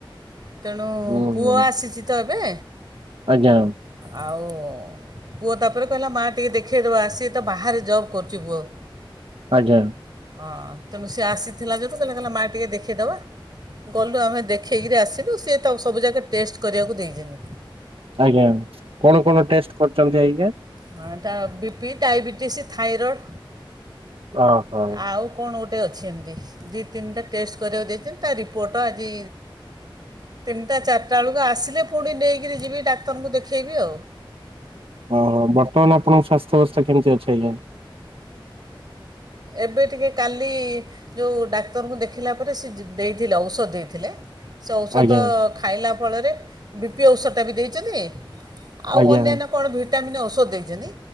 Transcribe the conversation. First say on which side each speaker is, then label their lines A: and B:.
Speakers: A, on the right; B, on the right.
A: ତେଣୁ
B: ଓହୋ
A: ପୁଅ ଆସିଚି ତ ଏବେ।
B: ଆଜ୍ଞା।
A: ଆଉ ପୁଅ ତାପରେ କହିଲା ମା ଟିକେ ଦେଖାଇଦେବା ସିଏ ତ ବାହାରେ ଜବ୍ କରୁଚି ପୁଅ।
B: ଆଜା।
A: ହଁ ତେଣୁ ସିଏ ଆସିଥିଲା ଯୋଉଠୁ ତାେଲେ କଇଲା କଇଲା ମା ଟିକେ ଦେଖେଇଦବା। ଗଲୁ ଆମେ ଦେଖେଇକିରି ଆସିଲୁ ସିଏ ତ ସବୁ ଜାଗା ଟେଷ୍ଟ କରିବାକୁ ଦେଇଚନ୍ତି।
B: ଆଜ୍ଞା କଣ କଣ ଟେଷ୍ଟ କରୁଚନ୍ତି ଆଜ୍ଞା?
A: ହଁ ଟା ବି ପି ଡାଇବେଟିସ୍ ଥାଇରଡ଼୍।
B: ଓହୋ
A: ଆଉ କଣ ଗୋଟେ ଅଛି ଏମତି ଦି ତିନିଟା ଟେଷ୍ଟ କରିବାକୁ ଦେଇଚନ୍ତି ତା ରି ପୋଟ ଆଜି ତିନିଟା ଚାରିଟା ଅଳୁକୁ ଆସିଲେ ପୁଣି ନେଇକିରି ଯିବି। ଡାକ୍ତରଙ୍କୁ ଦେଖେଇବି ଆଉ।
B: ଅହ ବର୍ତ୍ତମାନ ଆପଣଙ୍କ ସ୍ୱାସ୍ଥ୍ୟବସ୍ଥା କେମିତି ଅଛି ଆଜ୍ଞା?
A: ଏବେ ଟିକେ କାଲି ଯୋଉ ଡାକ୍ତରଙ୍କୁ ଦେଖିଲା ପରେ ସି ଜି ଦେଇଥିଲେ ଔଷଧ ଦେଇଥିଲେ‌ ସେ ଔଷଧ
B: ଆଜ୍ଞା
A: ଖାଇଲା ଫଳରେ ବି ପି ଔଷଟା ବି ଦେଇଚନ୍ତି ଆଉ
B: ଆଜ୍ଞା
A: ଅନ୍ୟାନ୍ୟ କଣ ଭିଟାମିନ୍ ଔଷଧ ଦେଇଚନ୍ତି